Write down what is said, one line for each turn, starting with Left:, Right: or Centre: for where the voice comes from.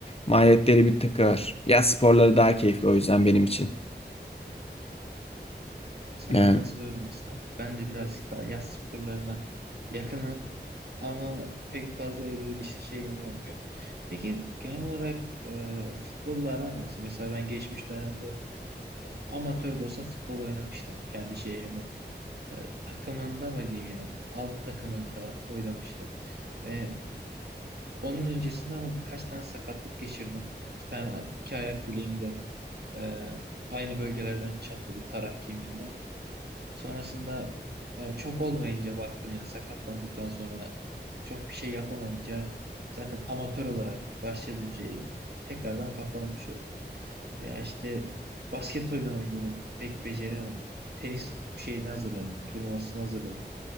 Left: Maliyetleri bir tık Yaz sporları daha keyifli o yüzden benim için.
Right: Sana
Left: Yani.
Right: katılıyorum aslında. Ben de birazcık daha yaz sporlarına yakınım ama pek fazla elverişli şeyim olmuyor. Peki genel olarak e, futbolla aran nasıl? Mesela ben geçmiş dönemde amatör de olsa futbol oynamıştım kendi şehrimin e, takımında mı diyeyim yani alt takımında oynamıştım. Ve onun öncesinde ama birkaç tane sakatlık geçirdim. İki tane iki ayak bileğimde e, aynı bölgelerden çatladı tarak kemiğinden. Sonrasında yani çok olmayınca baktım ya sakatlandıktan sonra çok bir şey yapamayınca zaten amatör olarak başladığım şey tekrardan kapanmış oldu. Veya işte basket oynamayı denedim. Pek beceremedim. Tenis şeyine hazırlandım. Turnuvasına hazırlandım.